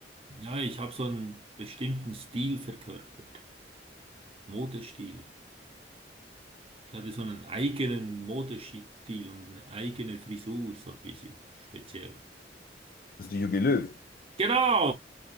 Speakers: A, on the right; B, on the left.
A: Ja, ich habe so einen bestimmten Stil verkörpert. Modestil. Ich hatte so einen eigenen Modestil und eine eigene Frisur, so ein bisschen speziell.
B: Bist du Jogi Löw?
A: Genau!